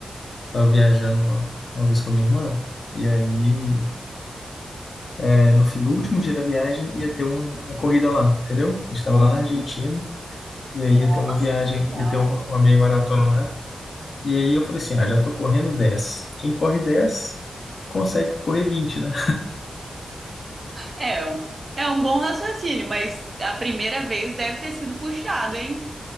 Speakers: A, on the left; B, on the right.
A: tava viajando uma, uma vez com a minha irmã e aí é, no, fi- no último dia da viagem ia ter um- uma corrida lá, entendeu? A gente tava
B: Ah,
A: lá na Argentina e aí
B: Nossa,
A: ia ter uma viagem,
B: que legal.
A: ia ter uma, uma meia maratona lá. E aí eu falei assim, ah, já tô correndo dez Quem corre 10 consegue correr vinte né?
B: É, é um- é um bom raciocínio, mas a primeira vez deve ter sido puxado, hein?